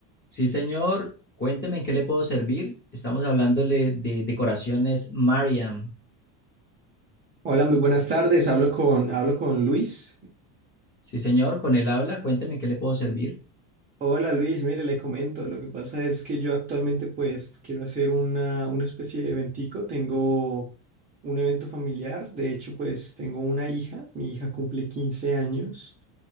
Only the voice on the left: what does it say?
Sí, señor. Cuénteme en qué le puedo servir. Estamos hablándole de decoraciones Mariam.
Sí, señor, con él habla. Cuénteme en qué le puedo servir.